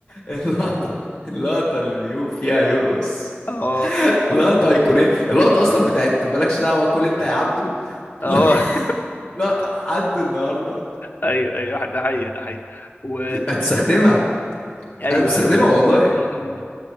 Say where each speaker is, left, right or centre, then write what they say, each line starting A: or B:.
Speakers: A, on the left; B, on the left.
A: اللقطه اللقطه اللي بيقوم فيها يرقص
B: اه
A: لقطه ايقونيه اللقطه اصلا بتاعت مالكش دعوه كل انت يا عبده
B: اه
A: <laughs>
B: <laughs>
A: لقطه لحد النهارده
B: ايوه ايوه ده حقيقي ده حقيقي و
A: هتستخدمها
B: ايوه
A: انا بستخدمها
B: ايوه ايوه
A: والله
B: م- م-